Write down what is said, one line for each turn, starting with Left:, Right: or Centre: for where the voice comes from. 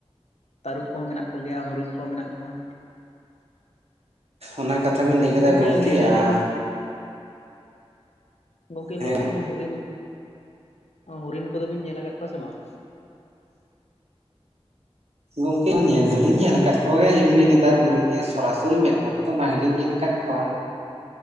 Left: ᱛᱟᱹᱨᱩᱵ ᱠᱚᱦᱚᱸ ᱢᱮᱱᱟᱜ ᱠᱚᱜᱮᱭᱟ, ᱦᱚᱨᱤᱱ ᱠᱚᱦᱚᱸ ᱢᱮᱱᱟᱜ ᱠᱚᱣᱟ᱾
Right: ᱚᱱᱟ ᱠᱟᱛᱷᱟ ᱵᱤᱱ ᱞᱟᱹᱭ ᱠᱮᱫᱟ
Left: ᱜᱚᱝᱠᱮ
Right: ᱜᱚᱢᱠᱮ
Left: ᱞᱟᱹᱭ ᱫᱟᱞᱤᱧ
Right: ᱟᱨ
Left: ᱜᱚᱝᱠᱮ
Right: ᱦᱮᱸ
Left: ᱞᱟᱹᱭ ᱫᱟᱞᱤᱧ ᱦᱚᱨᱤᱱ, ᱦᱚᱨᱤᱱ ᱠᱚᱫᱚᱵᱤᱱ ᱧᱮᱞ ᱟᱠᱟᱫ ᱠᱚᱣᱟ ᱥᱮ ᱵᱟᱝ?
Right: ᱜᱚᱝᱠᱮ ᱧᱮᱞ ᱫᱚᱞᱤᱧ ᱧᱮᱞ ᱟᱠᱟᱫ ᱠᱚᱣᱟ ᱜᱮ ᱮᱢᱱᱤ ᱱᱮᱛᱟᱨ ᱥᱚᱨᱟᱥᱚᱨᱤ ᱢᱮᱫ ᱠᱚᱛᱮ ᱫᱚ ᱵᱟᱝᱞᱤᱧ ᱧᱮᱞ ᱟᱠᱟᱫ ᱠᱚᱣᱟ᱾